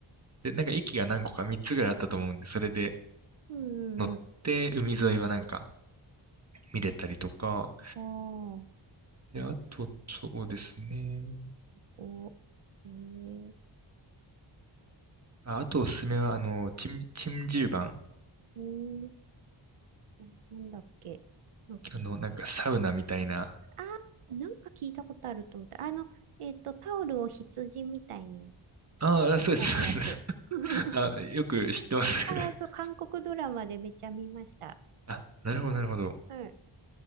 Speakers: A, on the right; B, on the right.
A: で、なんか駅が何個か3つぐらいあったと思うんで、それで
B: うんうんう
A: 乗って海沿いはなんか見れたりとか、
B: ん。ああ、こ
A: で、あと、そうですね。
B: うえー、
A: あ、あとおすすめは、あの、チン、チンジルバン
B: うーん、な、なんだっけ。なんかき、
A: あの、なんかサウナみたいな。
B: ああ、なんか聞いたことあると思った。あの、えっと、タオルを羊みたいに、あ、
A: ああ、そうです、
B: やるやつ。
A: そうです。
B: <laughs>
A: <laughs> あ、よく知ってます。<laughs>
B: ああ、そう、韓国ドラマでめっちゃ見ました。
A: あ、なるほど、なるほど。
B: はい。